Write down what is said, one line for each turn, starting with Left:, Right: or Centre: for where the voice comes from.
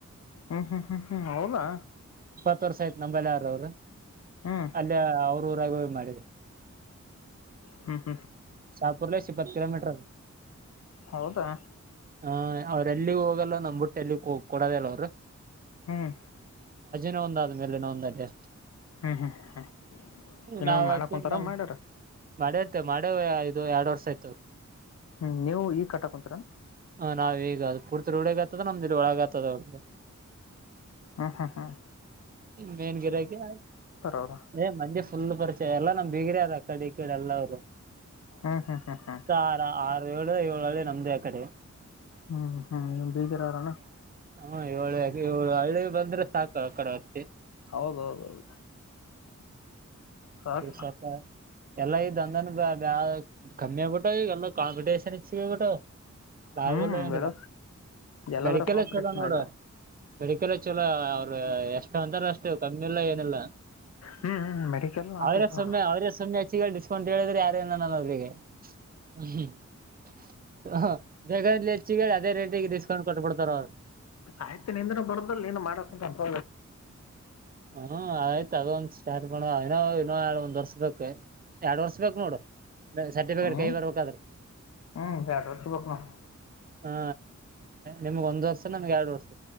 Left: ಹ್ಮ್ ಹ್ಮ್ ಹ್ಮ್ ಹ್ಮ್ ಹೌದಾ
Right: ಹ ವರ್ಸ ಆಯ್ತ್ ನಂಬಲ್ಾರ ಅವರು
Left: ಹ್ಮ್
Right: ಅಲ್ಲಿ ಅವ್ರ ಊರಾಗ ಮಾಡಿದ
Left: ಹ್ಮ
Right: ಶಾಪುರ್ ಲ ಇಪ್ಪತ್ತು ಕಿಲಮೀಟರ್
Left: ಹೌದಾ
Right: ಹಾ ಅವ್ರೆಲ್ಲಿ ಹೋಗಲ್ಲ ನಮ್ ಬುಟ್ಟೆ ಎಲ್ಲಿ ಕೊಡೋದಲ್ಲ ಅವ್ರು
Left: ಹ್ಮ್
Right: ನ ಒಂದ್ಾದ್ಮೇಲೆನ ಒಂದಲ್ಲಿ
Left: ಹ್ಮ್ ಹ್ಮ್ ಹ್ಮ್ ಇನ್ನೊಂದು
Right: ನಾವ್
Left: ಮಾಡಕ್
Right: ಯಾಕ
Left: ಕುಂತಾರ
Right: ಮಾಡ
Left: ಮಾಡ್ಯಾರ
Right: ಮಾಡೇ ಇದು ಎರಡ್ ವರ್ಷ ಆಯ್ತವ್ರರು
Left: ಹ್ಮ್ ನೀವು ಈ ಕಟ್ಟಕ್ ಕುಂತರ
Right: ಹ್ಮ್ ನಾವ್ ಈಗ ಅದು ಪೂರ್ತಿ ೋಳಗ ಆಗ್ತದ ನಮ್ದಿ ಒಳಗ ಆತದಗ
Left: ಹ್ಮ ಹ್ಮ ಹ್ಮ
Right: ಮೇನ್ಗಿರಕಯ
Left: ಅವ್ರು
Right: ಏ ಮಂದೆ ಫುಲ್ ಪರಿಚಯ ಎಲ್ಲಾ ನಮ್ದ ಬಿಗ್ರ ಅದ ಕಡೆ ಕಡೆ ಎಲ್ಲ ಅವರು
Left: ಹ್ಮ್ ಹ್ಮ್ ಹ್ಮ್
Right: ಸತ್ತ
Left: ಹ್ಮ್
Right: ಆರ ಆರು ಏಳು ಏಳಳೆ ನಮ್ದೇ ಆ ಕಡೆ
Left: ಹ್ಮ್ ಹ್ಮ್ ಬೇಜಾರಣ
Right: ಹ್ಮ ಏಳ ಹಳ್ಳಿ ಬಂದ್ರೆ ಸಾಕು ಆ ಕಡೆ ಹೊತ್ತತಿ
Left: ಹೌದೌದೌದು ಸಾಕ
Right: ಸ್ವಲ್ಪ ಎಲ್ಲಾ ಈ ದಂದನ್ ಬ ಕಮ್ಮಿ ಆಗ್ಬಿಟ್ಟು ಈಗ ಎಲ್ಲ ಕಾಂಪಿಟೇಷನ್ ಇಚ್ಬಿಟ್ಟ ಲಾವೆಲ್ಲ
Left: ಹ್ಮ್
Right: ಏನಿಲ್ಲ
Left: ಬೆಲ ಎಲ್ಲದರ
Right: ಮಡಿಕಲ್ಲಷ್ಟ
Left: ಕಾಂಪಿಟೇಷನ್
Right: ಎಲ್ಲ ನೋಡುವ
Left: ಆಗ
Right: ಮೆಡಿಕಲ್ ಚಲೋ ಅವ್ರ ಎಷ್ಟ ಅಂತಾರ ಅಷ್ಟು ಕಮ್ಮಿ ಇಲ್ಲ ಏನಿಲ್ಲ
Left: ಹ್ಮ್ ಹ್ಮ್ ಮೆಡಿಕಲ್ ನಾಟ್
Right: ಅವರೇ
Left: ಆಯ್ತು
Right: ಸಮಯ ಅವರೇ ಸಮಯ ಗ ಡಿಸ್ಕೌಂಟ್ ಹೇಳಿದ್ರೆ ಯಾರ ಏನಾನ್ರಿಗೆ ಹ್ಮ ಬೇಗ ಲೇರ್ಚಿಗೆ ಹೇಳಿ ಅದೇ ರೇಟಿಗೆ ಡಿಸ್ಕೌಂಟ್ ಕೊಟ್ಟಬ ಬಿಡ್ತಾರ ಅವ್ರರು
Left: ಆಯ್ತು ನಿಂದ್ರ ಬರ್ದಲ್ ನೀನು ಮಾಡಕ್ಡಕ್ಂಂತ
Right: ಹ್ಮ ಆಯ್ತ ಅದ ಒಂದ್ ಸ್ಟಾರ್ಟ್ ಮಾಡ ನೋ ಇೋ ಒಂದ್ ವರ್ಸ್ ಬ ಎರಡ್ ವರ್ಸ್ ಬೇಕು ನೋಡು ಸರ್ಟಿಫಿಕೇಟ್
Left: ಹ್ಮ್
Right: ಕೈ ಬರ್ಬೇಕಾದ್ರ
Left: ಹ್ಮ್ ಎರಡು ವರ್ಷ ಬೇಕು ನಾವು
Right: ಹಾ ನಿಮ್ಗ್ ಒಂದ್ ವರ್ಷ ನಮ್ಗೆ ಎರಡು ವರ್ಷ